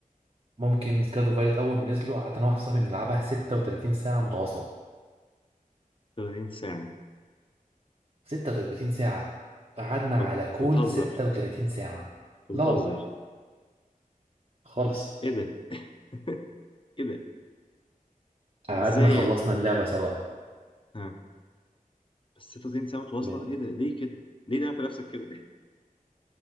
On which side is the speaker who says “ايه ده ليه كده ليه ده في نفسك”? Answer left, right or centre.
Left